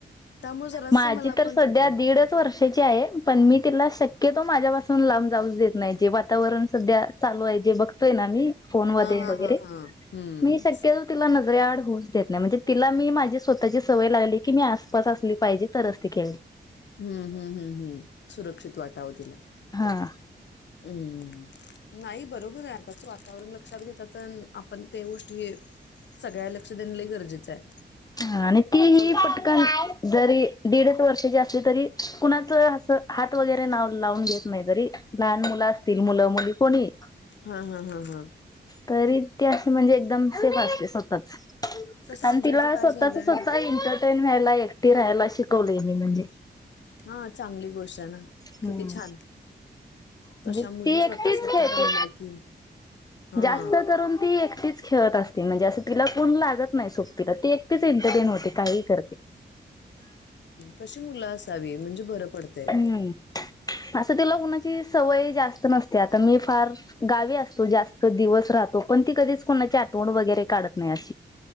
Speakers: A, on the left (about 75°); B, on the left (about 20°).
A: त्यामुळे जरास
B: माझी
A: मला
B: तर
A: पण
B: सध्या
A: कठीण होतय.
B: दीडच वर्षाची आहे. पण मी तिला शक्यतो माझ्यापासून लांब जाऊच देत नाही. म्हणजे वातावरण सध्या चालू आहे. जे बघतोय ना मी. फोन मधे
A: हां, हां,
B: वगैरे.
A: हां, हां. हं.
B: मी शक्यतो तिला नजरे आड होऊच देत नाही म्हणजे तिला मी माझी स्वतःची सवय लागली की मी आसपास ली पाहिजे तरच ती खे
A: हम्म हम्म हम्म हम्म. सुरक्षित वाटाव तिला.
B: हा हा
A: हम्म. नाही बरोबर आहे आताच वातावरण लक्षात घेता तेन. पण ते गोष्टी सगळ्या लक्ष देण लई गरजेचं आहे.
B: हा आणि तीही
A: फक्त
B: पटकन
A: हां,
B: जरी दीडच वर्षाची असली तरी कुणाच असं हात वगैरे नाव लावून घेत नाही. जरी लहान मुलं असतील, मुलं मुली कोणीही.
A: हा हा हा हा.
B: तरी ते अस म्हणजे एकदम सेफ असते स्वतःच.
A: तसं
B: आणि
A: आमच्या
B: तिला
A: इथं काय
B: स्वतःचा
A: झालंय
B: स्वत एंटरटेन व्हायला, एकटी राहायला शिकवलेय मी, म्हणजे
A: हा चांगली गोष्ट आहे ना.
B: हम्म.
A: किती छान!
B: म्हणजे
A: तश्या मुली
B: ती
A: स्वतः
B: एकटीच
A: स्वतः
B: खेळते.
A: रमल्या की हां.
B: जास्त करून ती एकटीच खेळत असते. म्हणजे असं तिला कोण लागत नाही सोबतीला. ती एकटीच एंटरटेन होते काहीही करते.
A: तशी मुलं असावी, म्हणजे बरं पडतय.
B: हम्. असं तीला कुणाची सवय जास्त नसते, आता मी फार गावे असतो जास्त दिवस राहतो, पण ती कधीच कोणाची आठवण वगैरे काढत नाही अशी.